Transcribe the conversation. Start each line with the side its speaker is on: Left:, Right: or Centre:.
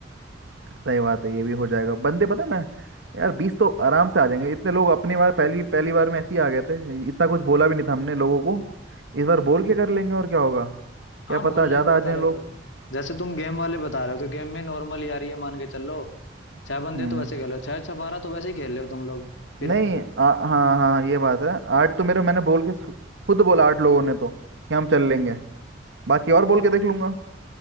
Right: सही बात है ये भी हो जाएगा बंदे पता है ना यार बीस तो आराम से आ जाएंगे इतने लोग अपनी बार पहली पहली बार में ऐसे ही आ गए थे इतना कुछ बोला भी नहीं था हमने लोगों को इस बार बोल के कर लेंगे और क्या होगा क्या
Left: हाँ
Right: पता
Left: बोलने
Right: ज्यादा
Left: पे उतारे
Right: आ जाए लोग
Left: तो जैसे तुम गेम वाले बता रहे हो तो गेम में नॉर्मल यार ये मान के चल लो छह बंदे
Right: हम्म
Left: तो वैसे खेल रहे हो छह छह बारह तो वैसे ही खेल रहे हो तुम लोग फिर
Right: नहीं आ, हाँ हाँ ये बात है आठ तो मेरे मैंने बोल के सु- खुद बोला आठ लोगों ने तो कि हम चल लेंगे बाकी और बोल के देख लूंगा